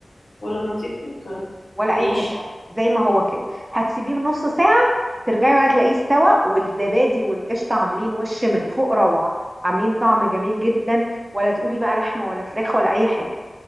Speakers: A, on the left; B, on the right.
A: ولا غطيه فويل طيب
B: ولا
A: ماشي
B: اي حاجه زي ما هو كده هتسيبيه بنص ساعه ترجعي بقى تلاقيه استوى والزبادي والقشطه عاملين وش من فوق روعه عاملين طعم جميل جدا ولا تقولي بقى لحمه ولا فراخ ولا اي حاجه